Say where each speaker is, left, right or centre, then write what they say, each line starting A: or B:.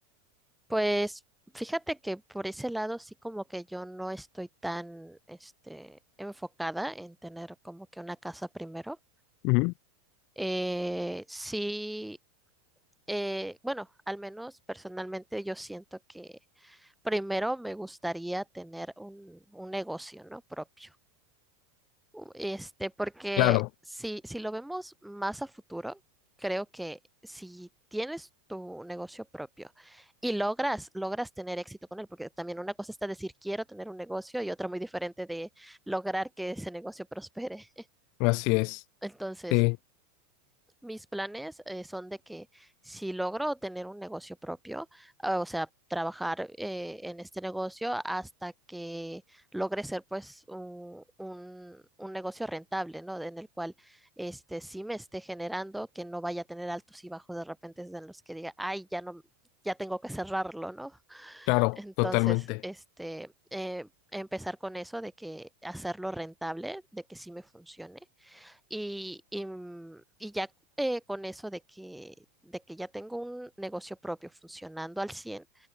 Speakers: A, in the centre; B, on the left.
A: Pues fíjate que por ese lado sí como que yo no estoy tan, este, enfocada en tener como que una casa primero.
B: Ujú.
A: Eh, sí, eh, bueno, al menos personalmente yo siento que primero me gustaría tener un, un negocio, ¿no? Propio. U- Este, porque
B: Claro,
A: si, si lo vemos más a futuro, creo que si tienes tu negocio propio y logras, logras tener éxito con él, porque también una cosa está decir quiero tener un negocio y otra muy diferente de lograr que ese negocio prospere.
B: así es.
A: <laughs> Entonces,
B: Sí,
A: Mis planes eh, son de que si logro tener un negocio propio, ah, o sea, trabajar eh, en este negocio hasta que logre ser pues un, un- un negocio rentable, ¿no? En el cual este sí me esté generando, que no vaya a tener altos y bajos de repente en los que diga, ay, ya no, ya tengo que cerrarlo, ¿no? <laughs>
B: claro,
A: Entonces,
B: totalmente.
A: este, eh, empezar con eso de que hacerlo rentable, de que sí me funcione y, y, mm, y ya eh, con eso de que, de que ya tengo un negocio propio funcionando al 100